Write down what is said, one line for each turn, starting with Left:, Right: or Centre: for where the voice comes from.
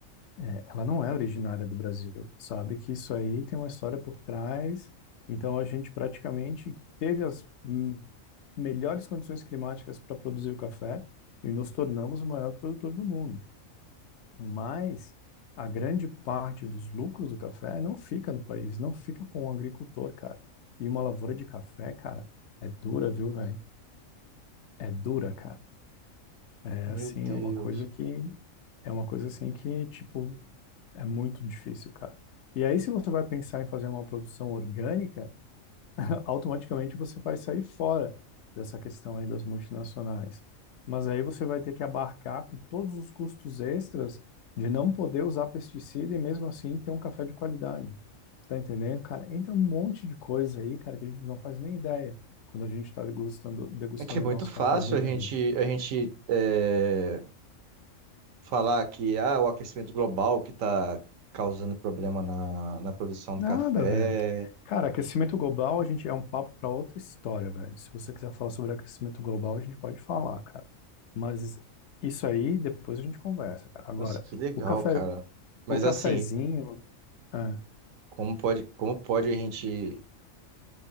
Left: é, ela não é originária do Brasil. Sabe que isso aí tem uma história por trás. Então a gente praticamente teve as hum, melhores condições climáticas para produzir o café e nos tornamos o maior produtor do mundo. Mas a grande parte dos lucros do café não fica no país, não fica com o agricultor, cara. E uma lavoura de café, cara, é dura, viu, velho? É dura, cara. É
Right: Meu
Left: assim,
Right: Deus.
Left: é uma coisa que é uma coisa assim que, tipo, é muito difícil, cara. E aí, se você vai pensar em fazer uma produção orgânica, <laughs> automaticamente você vai sair fora dessa questão aí das multinacionais. Mas aí você vai ter que abarcar com todos os custos extras de não poder usar pesticida e mesmo assim ter um café de qualidade. Tá entendendo? Cara, entra um monte de coisa aí, cara, que a gente não faz nem ideia quando a gente tá degustando, degustando
Right: É que é muito
Left: o nosso
Right: fácil
Left: cafezinho
Right: a gente,
Left: ali.
Right: a gente é, falar que ah, o aquecimento global que está causando problema na, na produção
Left: Nada,
Right: do café.
Left: velho. Cara, aquecimento global, a gente é um papo para outra história, velho. Se você quiser falar sobre aquecimento global, a gente pode falar, cara. Mas isso aí, depois a gente conversa, cara. Agora,
Right: Nossa, que legal,
Left: o café,
Right: cara. Mas
Left: o cafezinho,
Right: assim,
Left: é,
Right: como pode, como pode a gente